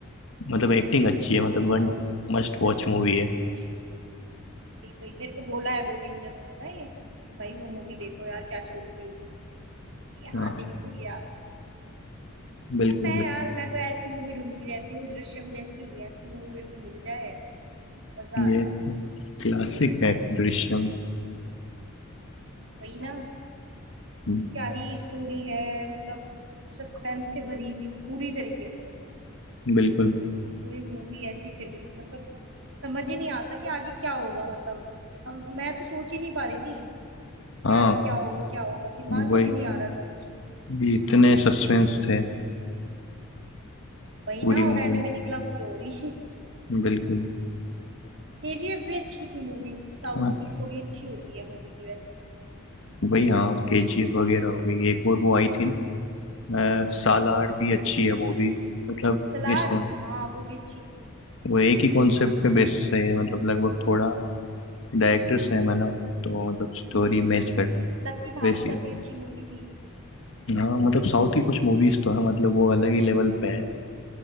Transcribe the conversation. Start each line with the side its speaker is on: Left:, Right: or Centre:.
Left: मतलब एक्टिंग अच्छी है
Right: हाँ
Left: मतलब वन मस्ट वॉच
Right: एक्टिंग
Left: मूवी है
Right: बहुत अच्छी वही वही मेरे को बोला है दो तीन जनों ने ना ये कि भाई वो मूवी देखो यार क्या छूट रही हो तुम मैंने कहा,
Left: हाँ
Right: हाँ देखूंगी यार
Left: बिल्कुल
Right: पर मैं यार मैं तो ऐसी मूवी ढूंढती रहती हूँ दृश्यम जैसी ऐसी मूवी मेरे को मिल जाए मजा
Left: बिल्कुल
Right: आ जाए
Left: ये क्लासिक है दृश्यम
Right: वही ना
Left: हम्म,
Right: क्या ही स्टोरी है मतलब सस्पेंस से भरी हुई पूरी तरीके से
Left: बिल्कुल
Right: पूरी मूवी ऐसी चली मतलब समझ ही नहीं आता कि आगे क्या होगा मतलब हम मैं तो सोच ही नहीं पा रही थी कि
Left: हाँ
Right: आगे क्या होगा क्या होगा दिमाग
Left: वही
Right: में भी नहीं आ रहा था कुछ
Left: ये इतने सस्पेंस थे
Right: वही
Left: पूरी
Right: ना
Left: मूवी
Right: और एंड
Left: में
Right: में निकला कुछ और ही <laughs>
Left: बिल्कुल
Right: केजीएफ भी अच्छी थी मूवी साउथ
Left: हाँ
Right: की स्टोरी अच्छी होती है मूवी की वैसे
Left: वही हाँ केजी वगैरह हो गई एक और वो आई थी ना अ, सालार भी अच्छी
Right: कौन सी
Left: है मूवी मतलब
Right: सलार
Left: इस कौन
Right: हाँ वो भी अच्छी थी
Left: वो एक ही कॉन्सेप्ट पे बेस्ड है मतलब लगभग थोड़ा
Right: हाँ।
Left: डायरेक्टर सेम है ना तो मतलब स्टोरी मैच कर
Right: लकी भास्कर
Left: वैसी है
Right: भी अच्छी मूवी थी
Left: हाँ मतलब साउथ की कुछ मूवीज तो है मतलब वो अलग ही लेवल पे है